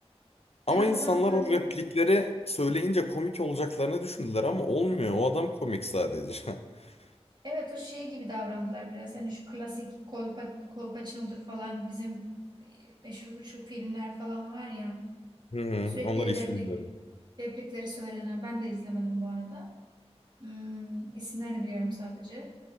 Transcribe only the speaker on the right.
ben
o kadar böyle
Evet o şey gibi davrandılar biraz. Hani şu klasik kolpa, Kolpaçino'dur falan bizim e, meşhur bu şu filmler falan var ya.
Sürekli
replik,
replikleri söylenen. Ben de izlemedim bu arada. Hmm, isimlerini biliyorum sadece.